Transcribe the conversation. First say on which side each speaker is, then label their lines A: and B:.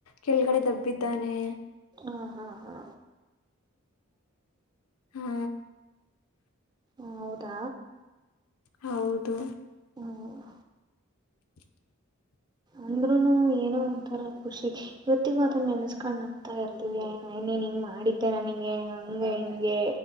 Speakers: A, on the left (about 80°); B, on the right (about 20°).
A: ಕೆಳಗಡೆ ದಬ್ಬಿದ್ದಾನೆ
B: ಹಾ ಹಾ ಹಾ
A: ಹ್ಮ
B: ಹ್ಮ್ ಹೌದಾ
A: ಹೌದು
B: ಹ್ಮ್
A: <inaudible>
B: ಅಂದ್ರೂನು ಏನೋ ಒಂತರ ಖುಷಿ. ಇವತ್ತಿಗೂ ಅದನ್ನ ನೆನ್ಸ್ಕೊಂಡ್ ನಗ್ತಾ ಇರ್ತೀನೀ ಏ ನ ನೀನ್ ಹಿಂಗ ಮಾಡಿದ್ದೆ ನನಗೆ ಹಂಗ ಹಂಗೆ